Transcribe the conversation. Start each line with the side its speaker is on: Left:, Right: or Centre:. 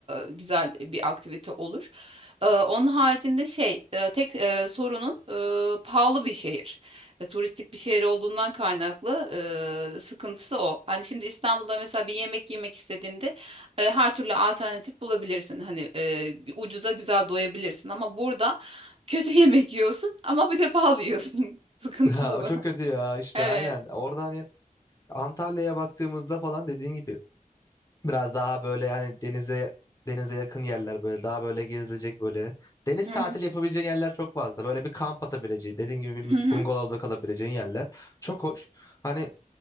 Right: e, güzel bir aktivite olur. E, onun haricinde şey e, tek e, sorunu e, pahalı bir şehir. E, turistik bir şehir olduğundan kaynaklı e, sıkıntısı o. Hani şimdi İstanbul'da mesela bir yemek yemek istediğinde e, her türlü alternatif bulabilirsin. Hani e, ucuza güzel doyabilirsin ama burada kötü <laughs> yemek yiyorsun ama bir de pahalı yiyorsun. <laughs> Sıkıntısı
Left: Ha, o
Right: bu.
Left: çok kötü ya işte
Right: Evet.
Left: aynen. Orada hani Antalya'ya baktığımızda falan dediğin gibi biraz daha böyle yani denize denize yakın yerler böyle daha böyle gezilecek böyle. Deniz
Right: Hı
Left: tatili
Right: hı.
Left: yapabileceğin yerler çok fazla. Böyle bir kamp atabileceğin, dediğin gibi bir
Right: Hı hı.
Left: bungalovda kalabileceğin yerler. Çok hoş. Hani